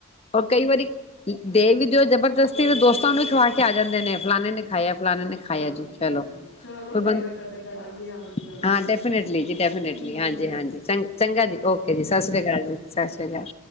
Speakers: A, on the left; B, on the left.
A: ਹੋਰ ਕਈ ਵਾਰੀ ਦੇ ਵੀ ਦਿਓ ਜਬਰ ਜਸੀ, ਤੇ ਦੋਸਤਾ ਨੂੰ ਈ ਖਵਾ ਸੁ ਕੇ ਆ ਜਾਂਦੇ ਨੇ ਫਲਾਣੇ ਨੇ ਖਾਇਆ ਫਲਾਨੇ ਖਾਇਆ
B: ਹਾਂਜੀ
A: ਜੀ ਚਲੋੰ--ਹਾਂ
B: ਚਲੋ ਫੇਰ ਕਦੇ ਕਰਾਂਗੇ ਹਾਂਜੀ ਗੱਲ
A: ਡੈਫੀਨੇਟਲੀ- ਡੈਫੀਨੇਟਲੀ
B: ਠੀਕ
A: ਹਾਂ-ਹਾਂ
B: ਹੈ ਜੀ
A: ਚੰਗਾ ਜੀ ਓਕੇ ਜੀ, ਸਤਿ ਸ੍ਰੀ ਅਕਾਲ ਜੀ ਸਤ ਸ੍ਰੀ ਅਕਾਲ।